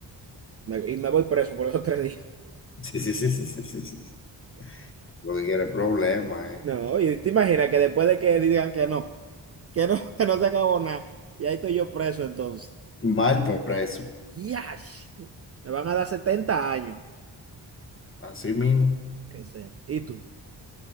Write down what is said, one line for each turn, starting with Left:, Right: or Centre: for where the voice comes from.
Right: Me- y me voy preso por esos tres días.
Left: Sí, sí, sí, sí, sí, sí, sí. Lo que quiere es problema, eh.
Right: No, y te imaginas que después de que digan que no, que no, <laughs> que no se acabó nada, y ahí estoy yo preso entonces.
Left: Mal preso,
Right: ¡Yash! Me van a dar 70 años.
Left: así mismo.
Right: Que sepa. ¿Y tú?